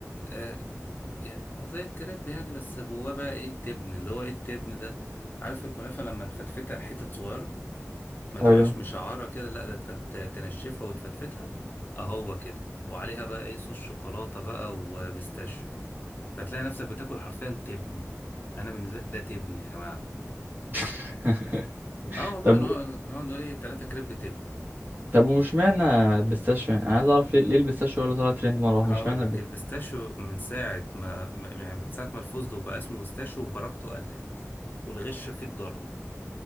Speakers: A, on the left; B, on the right.
A: آه يعني هو زي الكريب يعني بس جواه بقى ايه تبن اللي هو ايه التبن ده عارف الكنافة لما تفتفتها حتت صغيرة ما تبقاش
B: ايوه
A: مشعرة كده لا ده انت ت- تنشفها وتفتفتها اهو كده وعليها بقى ايه صوص شوكولاتة بقى وبيستاشيو فتلاقي نفسك بتاكل حرفيا تبن انا بالنسبة لي ده تبن يا جماعة
B: <laughs>
A: اه والله
B: طب
A: نقعد نقعد نقول ايه تلاتة كريب تبن
B: طب ومش معنى البيستاشيو يعني انا عايز اعرف ليه ليه البيستاشيو ولا طلع ترند مره واحده
A: هقول
B: مش معنى
A: لك
B: الب...
A: البيستاشيو من ساعة ما ما- يعني من ساعة ما الفستق بقى اسمه بيستاشيو وبركته قلت والغش فيه اتضرب